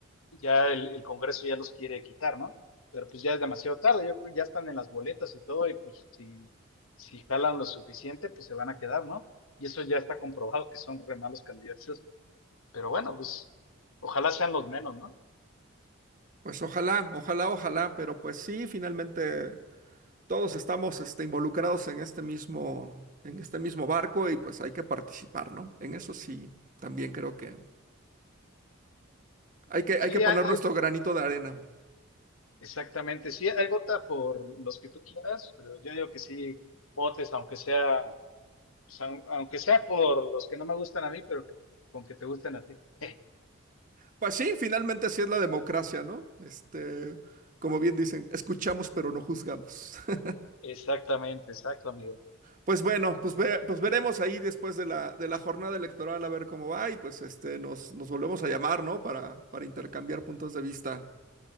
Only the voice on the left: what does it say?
ya el, el Congreso ya los quiere quitar, ¿no? Pero pues ya es demasiado tarde, yo creo que ya están en las boletas y todo, y pues si, si jalan lo suficiente, pues se van a quedar, ¿no? Y eso ya está comprobado que son re malos candidatos, pero bueno, pues ojalá sean los menos, ¿no?
Sí,
hay, hay-
exactamente, sí, hay vota por los que tú quieras, pero yo digo que sí, votes, aunque sea, pues, aun- aunque sea por los que no me gustan a mí, pero con que te gusten a ti. <laughs>
Exactamente, exacto, amigo.